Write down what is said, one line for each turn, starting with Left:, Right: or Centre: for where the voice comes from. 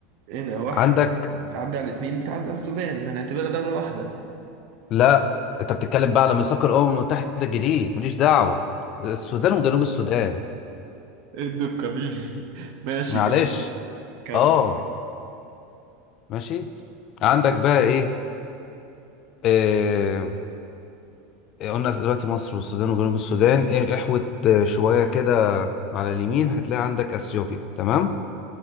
Right: ايه ده واحد
Left: عندك
Right: بتعدي على اتنين بتعدي على السودان هنعتبرها دولة واحدة
Left: لا انت بتتكلم بقى على ميثاق الامم المتحدة الجديد ماليش دعوة السودان وجنوب السودان
Right: ايه الدقة دي <laughs> ماشي
Left: معلش
Right: كمل كمل
Left: اه ماشي عندك بقى ايه آه... آه، قلنا دلوقتي مصر والسودان وجنوب السودان إيه- احوت آه، شوية كده على اليمين هتلاقي عندك اثيوبيا تمام